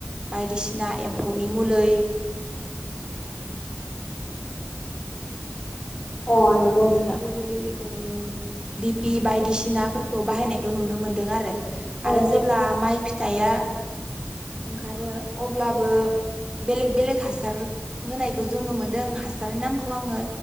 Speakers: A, on the right (about 20°); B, on the left (about 30°).
A: बायदिसिना एम्फौनि मुलै
B: अ नंगौ
A: हासार
B: नोंथां
A: जेरै ओ दिपि बायदिसिनाफोरखौ बाहायनायखौ नुनो मोनदों आरो
B: औ
A: आरो जेब्ला माइ फिथाइया ओंखारो अब्लाबो बेलेग बेलेग हासार होनायखौ जों नुमोनदों हासारनि नामखौ आंङो